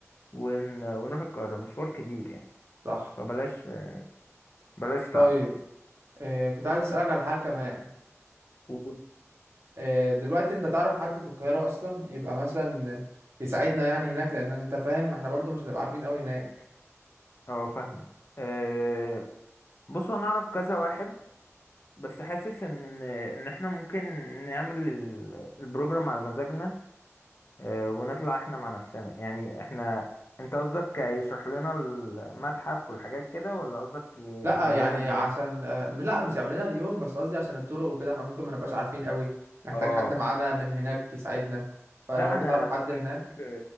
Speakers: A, on the left (about 50°); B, on the right (about 55°).
A: ون... ونروح القاهرة مشوار كبير يعني
B: صح
A: فبلاش بلاش تعب
B: طيب آه كنت عايز اسالك على حاجه كمان
A: و-
B: آه دلوقتي انت تعرف حد في القاهره اصلا يبقى مثلا يساعدنا يعني هناك لان انت فاهم احنا برضو مش هنبقى عارفين قوي هناك
A: اه فاهمك آه، بص انا اعرف كذا واحد بس حاسس ان ان احنا ممكن نعمل ال- البروجرام على مزاجنا آه، ونطلع احنا مع نفسنا يعني احنا انت قصدك يشرح لنا المتحف والحاجات كده ولا قصدك
B: لا
A: يعمل
B: يعني
A: لنا اليوم
B: عشان آه لا مش يعمل لنا اليوم بس قصدي عشان الطرق وكده احنا ممكن ما نبقاش عارفين قوي نحتاج
A: اه
B: حد معانا من هناك يساعدنا فلو
A: لا
B: انت
A: انا
B: تعرف
A: لو
B: حد هناك
A: هجيب